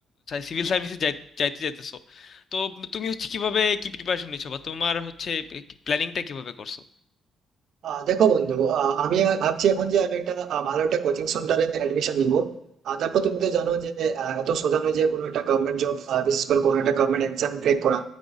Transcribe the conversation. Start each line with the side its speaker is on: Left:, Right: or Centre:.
Left: সিভিল সার্ভিসে যাইতে চাইতেছো তো তুমি হচ্ছে কিভাবে কি প্রিপারেশন নিচ্ছো বা তোমার হচ্ছে প্ল্যানিংটা কিভাবে করছো
Right: আহ দেখো বন্ধু আহ, আমি আর ভাবছি এখন যে আমি একটা আহ, ভালো একটা কোচিং সেন্টারে অ্যাডমিশন নিব আর তারপর তুমি তো জানো যে আহ, এত সোজা নয় যে কোনো একটা গভর্নমেন্ট জব বিশেষ করে কোনো একটা গভর্নমেন্ট এক্সাম ক্র্যাক করা